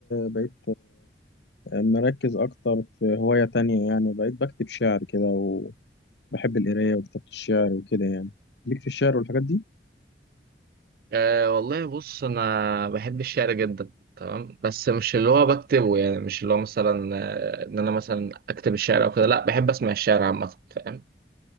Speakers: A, on the left (about 75°); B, on the right (about 55°).
A: بقيت مركز أكتر في هواية تانية يعني بقيت بكتب شعر كده وبحب القراية وكتابة الشعر وكده يعني ليك في الشعر والحاجات دي
B: أه والله بص انا بحب الشعر جدا تمام بس مش اللي هو بكتبه يعني مش اللي هو مثلا آه، ان انا مثلا اكتب الشعر او كده لا بحب اسمع الشعر عامه فاهم